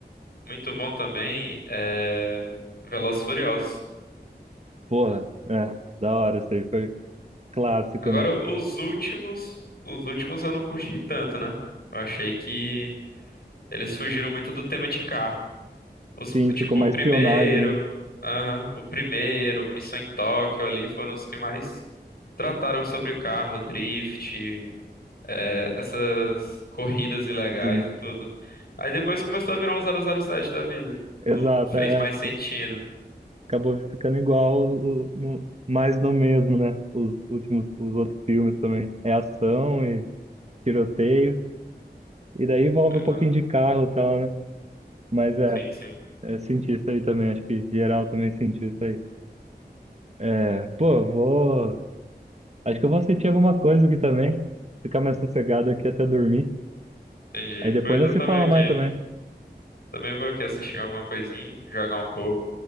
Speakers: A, on the left (about 65°); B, on the right (about 40°).
A: muito bom também é Velozes e Furiosos.
B: Porra, é, da hora, isso aí foi clássico,
A: Agora,
B: né?
A: os últimos, os últimos eu não curti tanto, né? Eu achei que eles fugiram muito do tema de carro. Os,
B: Sim,
A: tipo,
B: ficou mais
A: o primeiro,
B: espionagem, né?
A: aham, o primeiro, Missão em Tóquio ali foram os que mais trataram sobre carro, drift, eh, essas corridas ilegais
B: Sim,
A: e tudo. Aí depois começou a virar um zero zero sete da vida.
B: exato,
A: Não fez
B: é,
A: mais
B: é,
A: sentido.
B: c- acabou ficando igual, o- o- no- mais no mesmo, né? Os últimos, os outros filmes também. É ação e tiroteio, e daí envolve
A: Pois
B: um pouquinho
A: é,
B: de carro e tal, né? Mas é,
A: sim, sim,
B: é, senti isso aí também, acho que geral também sentiu isso aí. É, pô, vou. Acho que eu vou assistir alguma coisa aqui também. Ficar mais sossegado aqui até dormir.
A: entendi.
B: Aí depois
A: Pois
B: nós
A: eu
B: se
A: também
B: fala
A: aqui.
B: mais também.
A: Também vou aqui assistir alguma coisinha, jogar um pouco.